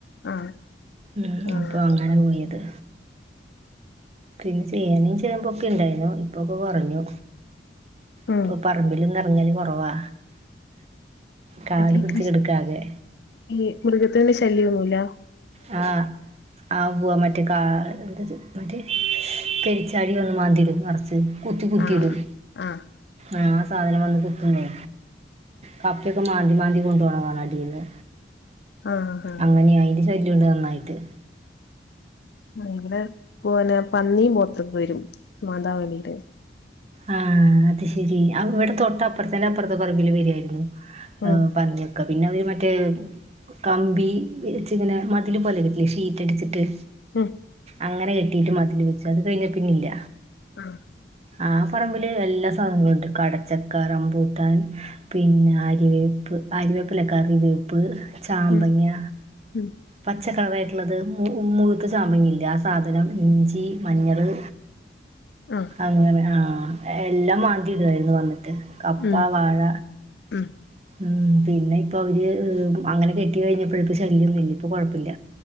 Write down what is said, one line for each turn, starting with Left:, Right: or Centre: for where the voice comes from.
Left: ആഹ്
Right: ഉം
Left: ആഹ്
Right: അപ്പൊ അങ്ങനെ പോയത് പിന്നെ ചേനേം ചേമ്പൊക്കെ ണ്ടായ്ന്നു ഇപ്പൊക്കെ കൊറഞ്ഞു
Left: ഉം
Right: ഇപ്പൊ പറമ്പിലൊന്ന് എറങ്ങല് കൊറവാ കാട്
Left: ഈ
Right: പിടിച്ച്
Left: കൃഷി
Right: കെടക്കാകെ
Left: ഈ മൃഗത്തിന്റെ ശല്യൊന്നുല്ല
Right: ആ ആ ഉവ്വോ മറ്റേ കാ എന്താ മറ്റേ പെരിച്ചാഴി വന്ന് മാന്തിടും നറച്ച് കുത്തി കുത്തിടും
Left: ആഹ് ആഹ്
Right: ആ സാധനം വന്ന് കുത്തുന്നേ കപ്പക്കെ മാന്തി മാന്തി കൊണ്ടോണ കാണ അടിന്ന്
Left: ആഹ് ആഹ്
Right: അങ്ങനെ അയിന്റെ ശല്യണ്ട് നന്നായിട്ട്
Left: ഭയങ്കെരെ പോനെ പന്നിം പോത്തൊക്കെ വെരും മാന്താൻ വേണ്ടിട്ട്
Right: ആ അത് ശെരി ഇവടെ തൊട്ടപ്പറത്തെന്നെ അപ്പറത്തെ പറമ്പില് വരുവായിരുന്നു
Left: ഉം
Right: പന്നി ക്ക പിന്നൊര് മറ്റേ കമ്പി വെച്ച്ങ്ങനെ മതില് പോലെ കെട്ടില്ലേ ഷീറ്റടിച്ചിട്ട്
Left: ഉം
Right: അങ്ങനെ കെട്ടിട്ട് മതില് വെച്ചു അത് കഴിഞ്ഞ പിന്നില്ല
Left: ആ
Right: ആ പറമ്പില് എല്ലാ സാധനങ്ങളുണ്ട് കടച്ചക്ക, റമ്പൂട്ടാൻ പിന്നെ ആരിവേപ്പ് ആരിവേപ്പല്ലകറിവേപ്പ് ചാമ്പങ്ങ്യ
Left: ഉം ഉം
Right: പച്ചക്കളറായിട്ടുള്ളത് മു മുഴുത്ത ചാമ്പങ്ങല്ലെ ആ സാധനം ഇഞ്ചി, മഞ്ഞള്
Left: ആ
Right: അങ്ങനെ ആ എല്ലാം മാന്തിടായിരുന്നു വന്നിട്ട് കപ്പ,
Left: ഉം
Right: വാഴ
Left: ഉം
Right: ഉം പിന്നെ ഇപ്പൊവര് അങ്ങനെ കെട്ടി കഴിഞ്ഞപ്പോ പ്പൊ ശല്യോന്നുല്ല ഇപ്പൊ കൊഴപ്പല്ല